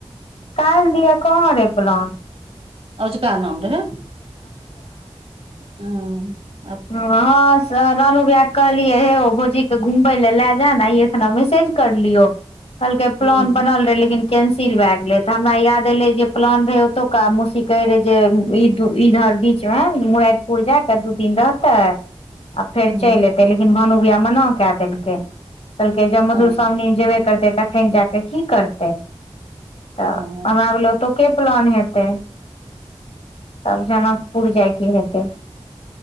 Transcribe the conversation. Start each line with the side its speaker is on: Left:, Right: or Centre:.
Left: काल्हि दिया कहाँ रहे प्लान
Right: ओजका नाम रहय हूं
Left: ह हँ रानु भईया कहलियै हे भौजीे के घुमबय लै लेजै ना आय एकरा मेसेज करलियो कहलकय
Right: हूँ
Left: प्लान बनल रहै लेकिन कैंसिल भए गेले त हमरा याद एले जे प्लान रहै ओतौका मौसी कहे रहै जे इ दु इ घाट बीच में मुरठ पुर जाक दू दिन रह तै आ फेर
Right: हूँ
Left: चइल अयतै लेकिन भानु भईया मना कए देलकै कहलकै जब मधुश्रावणीमे
Right: ओ
Left: जेबे करतै तखन जा कऽ की करतै तऽ
Right: ओ हूँ
Left: आहा आर लै ओतौ के प्लान हेतै तब जनक पुर जाइके हेतै